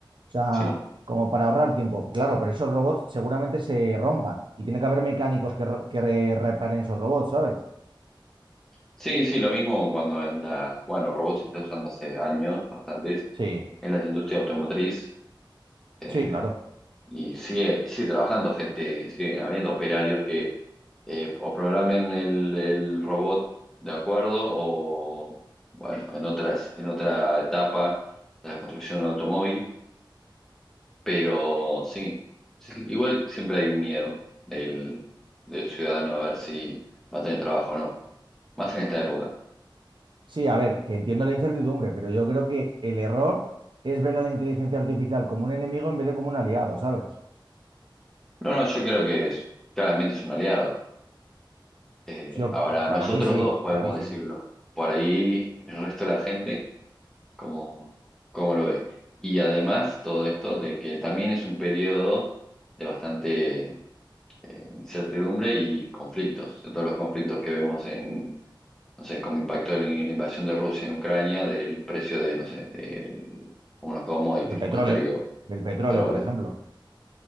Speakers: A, on the right; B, in the centre.
A: O sea,
B: Sí.
A: como para ahorrar tiempo, claro, pero esos robots seguramente se rompan y tiene que haber mecánicos que, ro- que re- reparen esos robots, ¿sabes?
B: Sí, sí, lo mismo cuando en la, bueno, robots se está usando hace años, bastantes,
A: Sí,
B: en la industria automotriz, eh,
A: sí, claro.
B: y sigue, sigue trabajando gente, sigue habiendo operarios que eh, o programen el, el robot de acuerdo, o bueno, en otras, en otra etapa de la construcción de un automóvil, pero sí, sí, sí, igual siempre hay un miedo del, del ciudadano a ver si va a tener trabajo o no, más en esta época.
A: Sí, a ver, que entiendo la incertidumbre, pero yo creo que el error es ver a la inteligencia artificial como un enemigo en vez de como un aliado, ¿sabes?
B: No, no, yo creo que es, claramente es un aliado. Eh,
A: Yo,
B: ahora,
A: para
B: nosotros
A: mí sí,
B: dos podemos
A: para mí sí.
B: decirlo. Por ahí el resto de la gente, ¿cómo, cómo lo ve? Y además todo esto de que también es un periodo de bastante incertidumbre y conflictos. De todos los conflictos que vemos en, no sé, como impacto de la invasión de Rusia en Ucrania, del precio de, no sé, de unos commodities
A: El petróleo,
B: como el trigo,
A: del petróleo,
B: petróleo.
A: por ejemplo.